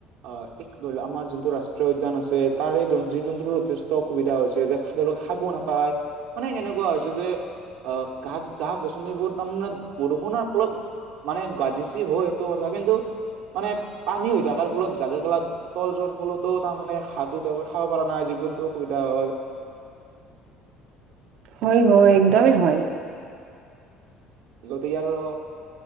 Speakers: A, on the right (about 80°); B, on the right (about 60°).
A: অ ধৰি ল আমাৰ যোনটো ৰাষ্ট্ৰীয় উদ্যান আছে তাৰে জী জন্তুৰ যথেষ্ট অসুবিধা হৈছে যে খাব নাপায় মানে কেনেকুৱা হৈছে যে আহ গাছ গা গছনিবোৰ তাৰমানে বৰষুণৰ ফলত মানে গাজিচি হ সেইটো আচা কিন্তু মানে পানী হৈ থকাৰ ফলত জাগে গেলা তল যোৱাৰ ফলতো তাৰমানে ঘাঁহটো তেওঁলোকে খাব পৰা নাই। জী জন্তু অসুবিধা হয়।
B: হয় হয় একদমেই হয়।
A: লতি আৰ অ